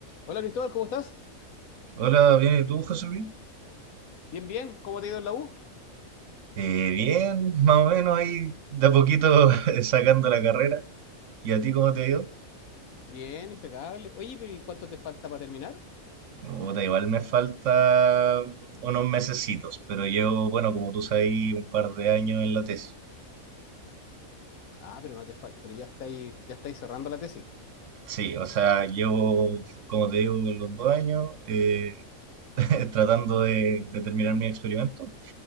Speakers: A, on the left; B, on the right.
A: Hola Cristóbal, ¿cómo estás?
B: Hola, bien, ¿y tú, José Luis?
A: Bien, bien. ¿Cómo te ha ido en la U?
B: Eh, bien, más o menos ahí de a poquito <laughs> sacando la carrera. ¿Y a ti cómo te ha ido?
A: Bien, impecable. Oye, pero ¿y cuánto te falta para terminar?
B: Puta, igual me falta unos mesecitos, pero llevo, bueno, como tú sabes, un par de años en la tesis.
A: Ah, pero no te falta, pero ya estáis, ya estáis cerrando la tesis.
B: Sí, o sea, llevo, como te digo, los dos años eh, <laughs> tratando de, de terminar mi experimento,